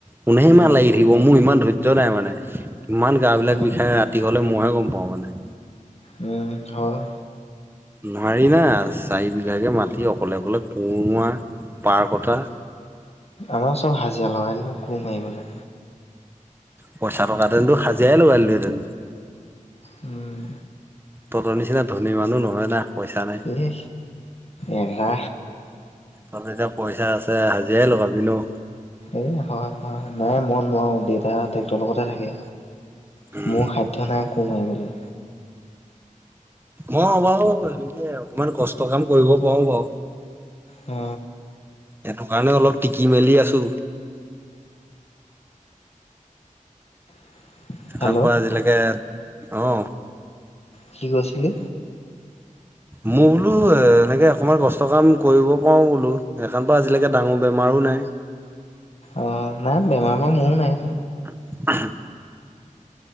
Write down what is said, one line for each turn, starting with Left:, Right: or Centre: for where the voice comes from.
Right: কোনে ইমান
Left: উম,
Right: লাগি থাকিব মোৰ ইমান ধৈৰ্য্য নাই মানে ইমান গা বিলাক
Left: উম।
Right: বিষাই ৰাতি হলে মইহে গম পাওঁ মানে
Left: উম হয়
Right: নোৱাৰি না চাৰি বিঘাকে মাতি অকলে অকলে কুৰ মাৰা পাৰ কটা
Left: আমাৰ চব হাজিৰা লগাই দিলো কুম মাৰিবলে
Right: পইচা টকাহেতেনটো সাজিয়াই লগাই দিলোহেতেন
Left: উম
Right: তহঁতৰ নিচিনা ধনী মানুহ নহয় না পইচা নাই
Left: এ এৰা
Right: তহঁতৰ এতিয়া পইচা আছে হাজিৰা লগাবি ন
Left: এ হয় হয় নাই মই নোৱাৰো দেউতা ট্ৰেক্টৰ লগতে থাকে
Right: উম
Left: মোৰ সাধ্য নাই কুৰ মাৰিবলে
Right: মই বাৰু এনেকে অকমান কষ্ট কাম কৰিব পাৰো বাৰু
Left: অ
Right: সেইটো কাৰণে অলপ টিকি মেলি আছো
Left: <inaudible> হেল্ল'
Right: কাম পৰা আজিলৈকে অহ
Left: কি কৈছিলি
Right: মই বোলো এ এনেকে অকমান কষ্ট কাম কৰিব পাৰো বোলো সেইকাৰণে বা আজিলৈকে ডাঙৰ বেমাৰো নাই
Left: অ', নাই বেমাৰ বাৰু মোৰো নাই
Right: <unintelligible>